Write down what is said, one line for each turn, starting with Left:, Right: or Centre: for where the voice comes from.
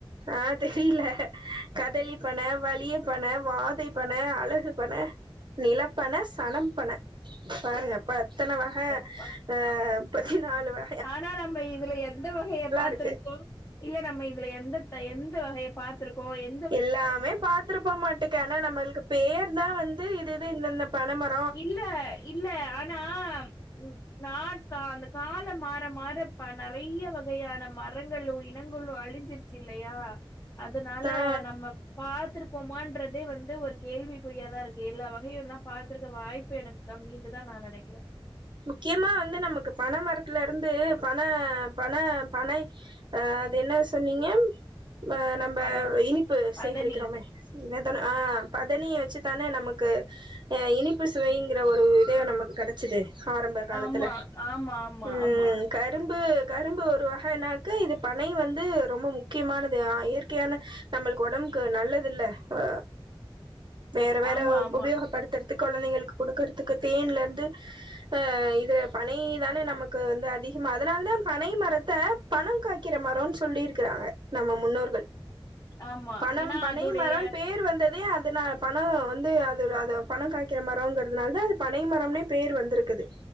Right: ஆ தெரியில கதலிப் பன வலிய பன வாதை பன அழகு பன நிலப் பன சலம் பன பாருங்க பா இத்தனை வக
Left: எப்பா
Right: ஆ பதினாலு வ
Left: ஆனா நம்ம இதுல எந்த வகைய பாத்துருக்கோம்
Right: இருக்கு
Left: இல்ல நம்ம இதுல எந்ததயத எந்த வகைய பாத்துருக்கோம் எ
Right: எல்லாமே பாத்துருப்ப மாட்டுக்க ஆனா நம்மளுக்கு பேர் தான் வந்து இது இது இந்த இந்த பன மர
Left: இல்ல இல்ல ஆனா ம் நாட்கா அந்த காலம் மாற மாற ப நெறைய வகையான மரங்களும் இனங்களும் அழிஞ்சிருச் ஜில்லையா அதனால
Right: ஆ
Left: நம்ம பாத்துருப்போமான்றதே வந்து ஒரு கேள்விக் குறியா தான் இருக்கு எல்லா வகையும்லாம் பா த்துருக்க வாய்ப்பு எனக்கு கம்மின்னு தான் நா நெனைக்கறேன்.
Right: முக்கியமா வந்து நமக்கு பன மரத்துல இருந்து பன பன பனை அ அது என்ன சொன்னீங்க அ நம்ப
Left: பன
Right: இனிப்பு சேகரிக்கிறோமே
Left: பதனி
Right: என்ன தோ ஆ பதனி வச் ச்சு தானே நமக்கு அ இனிப்பு சுவைங்கிற ஒரு இதே நமக்கு கிடைச்சிது ஆரம்ப காலத்துல
Left: ஆமா ஆமா ஆமா
Right: ம்
Left: ஆமா
Right: கரும்பு-கரும்பு ஒரு வகைனாக்க இது பனை வந்து ரொம்ப முக்கியமானது அ இயற்கையான நம்பளுக்கு உடம்புக்கு நல்லதுல்ல ஆ வேற வேற
Left: ஆமா ஆமா
Right: உபயோகப்படுத்துறதுக்கு குழந்தைங்களுக்கு குடுக்கறதுக்கு தேன்ல இருந்து அ இதில பனை தானே நமக்கு வந்து அதிகமாக அதுனால தா பனை மரத்த பணம் காய்க்கிற மரோனு சொல்லிருக்கிறாங்க நம்ம முன்னோர்கள்
Left: ஆமா
Right: பணம்
Left: ஏன்னா
Right: பனை
Left: அதுடைய
Right: மரம் பேர் வந்த தே அதுன பணம் வந்து அது அது பணம் காய்க்கிற மரம்ங்கிறதுனால தா அது பனைமரம்னே பேர் வந்திருக்குது